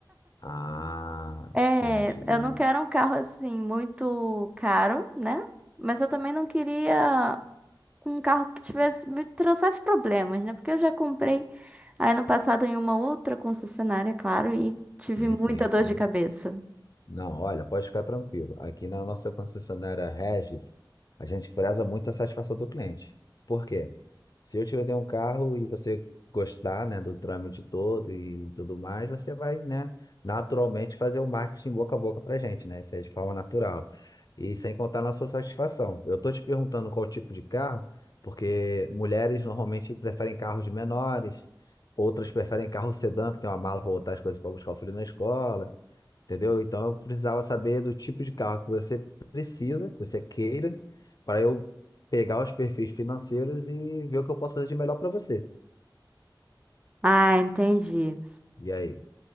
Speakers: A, on the left; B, on the right.
A: Ah,
B: É,
A: entendi.
B: eu não quero um carro assim muito caro, né? Mas eu também não queria um carro que tivesse me trouxesse problemas, né? Porque eu já comprei aí no passado em uma outra concessionária, claro, e tive
A: Sim, sim,
B: muita dor
A: sim.
B: de cabeça.
A: Não, olha, pode ficar tranquilo. Aqui na nossa concessionária Regis, a gente preza muito a satisfação do cliente. Por quê? Se eu te vender um carro e você gostar, né, do trâmite todo e tudo mais, você vai, né, naturalmente fazer o marketing boca a boca pra gente, né? Isso é de forma natural. E sem contar na sua satisfação. Eu tô te perguntando qual tipo de carro, porque mulheres normalmente preferem carros menores, outras preferem carro sedã, que tem uma mala para botar as coisas para buscar o filho na escola entendeu? Então eu precisava saber do tipo de carro que você precisa, que você queira, para eu pegar os perfis financeiros e ver o que eu posso fazer de melhor para você.
B: Ah, entendi.
A: E aí?